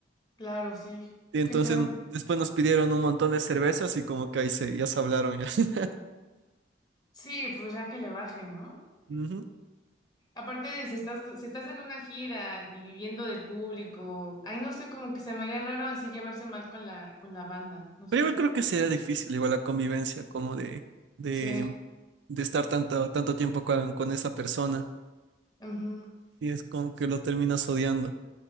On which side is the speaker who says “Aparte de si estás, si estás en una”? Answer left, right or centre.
Left